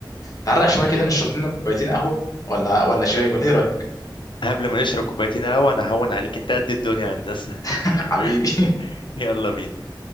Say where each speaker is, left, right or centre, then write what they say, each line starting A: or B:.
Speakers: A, on the left; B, on the left.
A: تعرق شويه كده نشرب لنا كوبايتين قهوه ولا ولا شاي ولا ايه رايك
B: قبل ما نشرب كوبايتين قهوه انا هون عليك انت قد الدنيا يا هندسه <laughs>
A: <laughs> حبيبي
B: يلا بينا